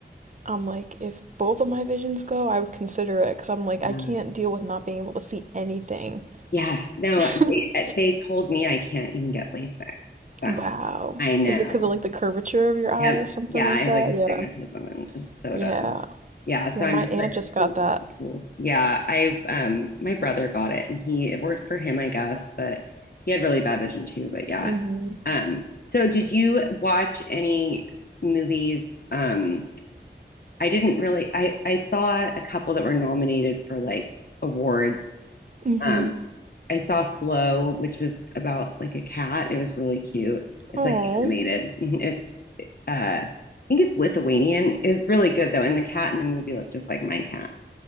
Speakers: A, on the right (about 45°); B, on the left (about 55°).
A: I'm like, if both of my visions go, I would consider it because I'm like,
B: Yeah.
A: I can't deal with not being able to see anything.
B: Yeah. No,
A: <laughs>
B: they, they told me I can't even get LASIK. So
A: Wow.
B: I know.
A: Is it because of like the curvature of your eye
B: Yeah,
A: or something
B: yeah,
A: like
B: I have
A: that?
B: like astigmatism
A: Yeah.
B: and it's so
A: Yeah.
B: dumb. Yeah,
A: Yeah,
B: so I'm
A: my
B: just
A: aunt
B: like,
A: just got
B: cool, cool.
A: that.
B: cool. Yeah, I've um my brother got it and he it worked for him, I guess, but he had really bad vision too, but yeah.
A: Mm-hmm.
B: Um, so did you watch any movies? Um, I didn't really I I saw a couple that were nominated for like awards.
A: Mm-hmm.
B: Um, I saw Flow, which was about like a cat. It was really cute. It's
A: Oh.
B: like animated. <laughs> It's uh, I think it's Lithuanian, It was really good though. And the cat in the movie looked just like my cat.